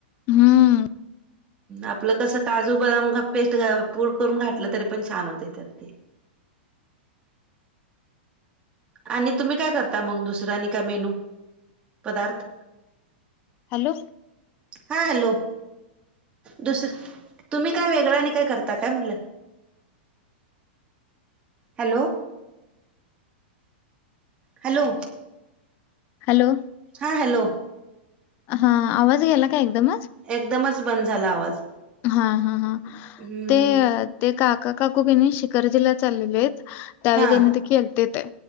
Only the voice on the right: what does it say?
आपलं कसं काजू बदाम पेस्ट पूड करून घातलं तरी पण छान होते त्यात ते. आणि तुम्ही काय करता? मंग दुसरा आणि काय मेनू पदार्थ?
हा, हॅलो, दुसरं तुम्ही काय वेगळं आणि काय करता, काय म्हणलं? Hello, hello.
हां हॅलो.
एकदमच बंद झाला आवाज.
हम्म
हा